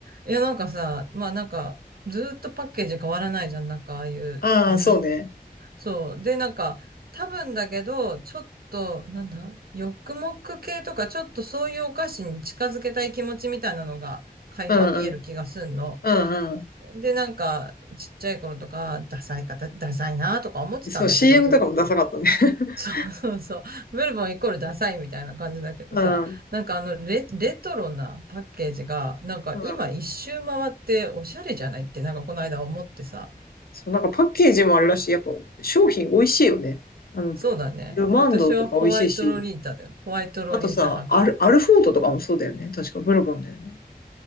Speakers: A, on the right; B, on the left.
A: いや、なんかさ、まあなんか、ずーっとパッケージ変わらないじゃん。なんかああいう、
B: ああ、
A: なん、
B: そうね。
A: そう。で、なんか、多分だけど、ちょっと、なんだ、ヨックモック系とか、ちょっとそういうお菓子に近づけたい気持ちみたいなのが、垣間見える気がすんの。
B: うんうん。うんう
A: で、なんか、ちっちゃい頃とか、ダサい方、ダサいなとか思ってたんだけど、
B: ん。そう、CM
A: ずっと、
B: とかもダサかったね。<laughs>
A: <laughs> そうそう、メルボンイコールダサいみたいな感じだけどさ、
B: うん。
A: なんかあのレ、レトロなパッケージが、なんか今一周回っておしゃれじゃないって、
B: うん
A: なんかこの間思ってさ、
B: そう、なんかパッケージもあるらしい。やっぱ商品美味しいよね。あの、
A: そうだね。
B: ルマンドとか美味しいし、
A: 私はホワイトロリータだよ。ホワイトロリータ派かな。
B: あとさ、アル、アルフォートとかもそうだよね。確かブルボンだよね。